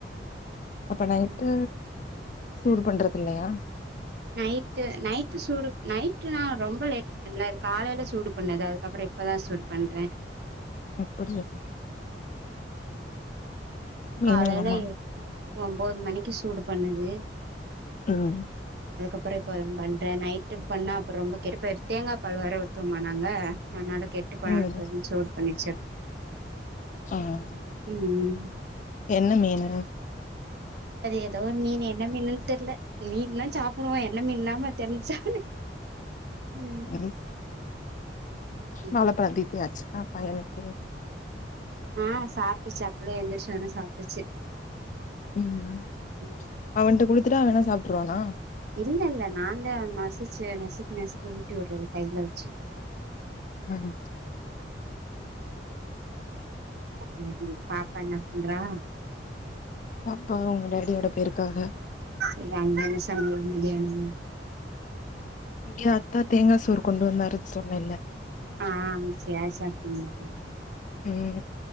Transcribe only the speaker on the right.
ம்
நைட்டு நைட்டு சூடு நைட்டு நா ரொம்ப லேட் <inaudible> ல அது காலையில சூடு பண்ணது அதுக்கப்பறோ இப்பதா சூடு பண்ற
காலைல எட்டு ஒம்போது மணிக்கு சூடு பண்ணது
அதுக்கப்பறோ இப்பதா பண்ற நைட்டு பண்ணா அப்ப ரொம்ப கெட்டு போயிரு தேங்காபால் வேற ஊத்துவமா நாங்க அதனால கெட்டு போனாலு
போயிருன்னு சூடு பண்ணி வச்சர்து
ம் ம்
அது எதோ ஒரு மீனு என்ன மீனுன்னு தெர்ல்ல மீன்னா சாப்டுவோ என்ன மீன்ல்லாமா தெரிஞ்சா ம்
ம்
ஆ சாப்ட்டுச்சு அப்பவே எந்திர்ச்சொன்னோ சாப்ட்டுச்சு
ம்
இல்ல இல்ல நாந்தா மசிச்சு நசுக்கி நசுக்கி ஊட்டி வுட்றது கையில வெச்சு
ம் ம் பாப்பா என்ன பண்றா
ஏங்க அங்க என்ன சமையல் பிரியாணி
ஆ சேர் சாப்ட்டிங்ளா